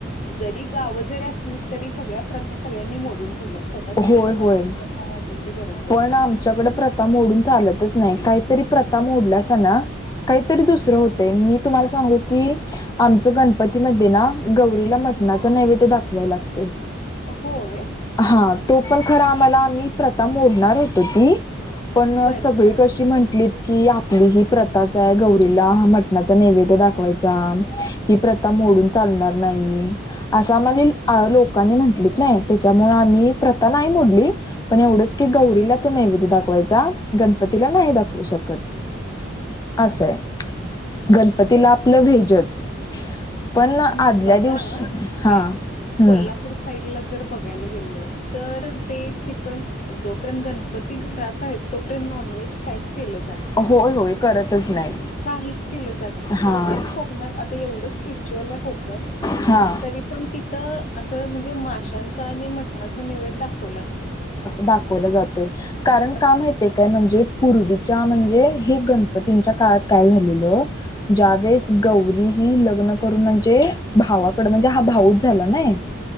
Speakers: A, on the left; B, on the left.
A: जरी गाव जरी असली तरी सगळ्या प्रथा सगळ्यांनी मोड मोढून ठेवल्यात स्वतः स्वतःच्या
B: होय
A: मनानंतर
B: होय
A: काय वाटल ते करत बसतात.
B: पण आमच्याकडे प्रथा मोडून चालतच नाही. काहीतरी प्रथा मोडल्या अस ना. काहीतरी दुसरं
A: हां
B: होतंय. मी तुम्हाला
A: हां
B: सांगू की. आमचं गणपतीमध्ये ना. गौरीला मटणाचा
A: हां
B: नैवेद्य दाखवाय लागतोय.
A: होय.
B: हा तो पण खरं आम्हाला आम्ही प्रथा मोडणार होतो ती. पण
A: बरं
B: सगळी
A: हां
B: कशी म्हंटलीत. कि आपली ही प्रथाच हाय आहे गौरीला मट मटणाचा नैवेद्य दाखवायचा.
A: मटणाचं नैवेद्य
B: ही प्रथा
A: हां
B: मोडून चालणार नाही. असं आम्हाला
A: हां
B: लोकांनी म्हंटलीत नाही. त्याच्यामुळे आम्ही. प्रथा नाही मोडली. पण एवढंच की गौरीला तो नैवेद्य दाखवायचा. गणपतीला नाही दाखवू शकत. असंय
A: बरं
B: गणपतीला आपलं
A: हां
B: व्हेज च. पण आदल्या
A: अं, बघा
B: दिवशी हा
A: काय
B: हम्.
A: कोल्हापूर साईडला जर बघायला गेलं तर ते चिकन जोपर्यंत गणपती घरात आहेत तो पर्यंत नॉनव्हेज काहीच केलं जात नाही.
B: होय होय करतच नाही
A: काहीच केलं जात नाही. खरं
B: हा
A: तेच कोकणात आता एवढं स्पिरिच्युअल आहे कोकनात.
B: हा
A: तरी पण तिथं. असं म्हणजे माशांचं आणि मटणाचं नैवेद दाखव
B: दाखवलं जातोय कारण का
A: हा
B: माहित काय म्हणजे? पूर्वीच्या म्हणजे हे गणपतीच्या काळात काय झालेलं ज्या वेळेस
A: हा
B: गौरी लग्न करून म्हणजे. भावाकडे म्हणजे हा भाऊच झाला नई.